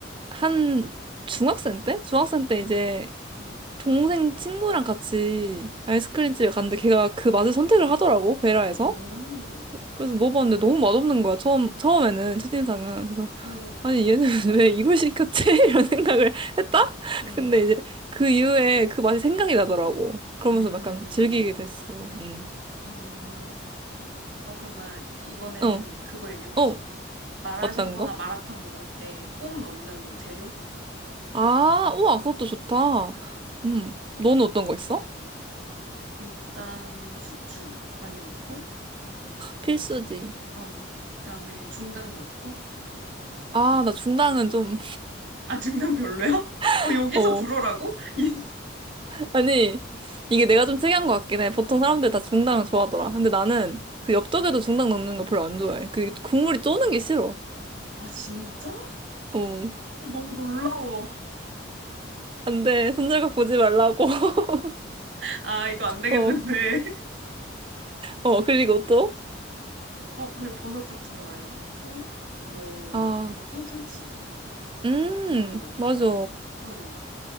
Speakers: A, on the right (about 25°); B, on the right (about 65°).
A: 한 중학생 때? 중학생 때 이제
B: 음.
A: 동생 친구랑 같이 아이스크림 집에 갔는데 걔가 그 맛을 선택을 하더라고, 베라에서.
B: 오,
A: 그래서 먹어봤는데 너무 맛없는 거야, 처음, 처음에는, 첫인상은. 그래서,
B: 오, 그치.
A: 아니, 얘는 <laughs> 왜 이걸 시켰지? <laughs> 이런 생각을 했다?
B: 음,
A: 근데 이제 그 이후에 그 맛이 생각이 나더라고. 그러면서
B: 음,
A: 약간 즐기게 됐어. 음.
B: 음. 어, 그럼 나 이번에는
A: 어,
B: 그거 얘기해보고 싶어.
A: 어,
B: 마라샹궈나
A: 어떤 거?
B: 마라탕 먹을 때 꼭 넣는 재료?
A: 아, 우와, 그것도 좋다.
B: 음,
A: 음, 너는 어떤 거 있어?
B: 일단 숙주 많이 넣고,
A: 필수지.
B: 어, 그다음에 중당 넣고.
A: 아, 나 중당은 좀,
B: 아, 중당 별로야? <laughs>
A: <laughs>
B: 어, 여기서
A: 어.
B: 불어라고? <laughs> 이-
A: 아니, 이게 내가 좀 특이한 것 같긴 해. 보통 사람들 다 중당을 좋아하더라. 근데 나는 그 엽떡에도 중당 넣는 걸 별로 안 좋아해. 그 국물이 쪼는 게 싫어.
B: 아, 진짜? 어,
A: 어.
B: 너무 놀라워.
A: 안 돼. 손절각 보지 말라고. <laughs>
B: 아, 이거 안 되겠는데.
A: 어.
B: <laughs>
A: 어, 그리고 또?
B: 어, 그리고 버섯 같은 거 많이 넣고, 뭐,
A: 아,
B: 뭐 소세지.
A: 음,
B: 어,
A: 맞아.
B: 어.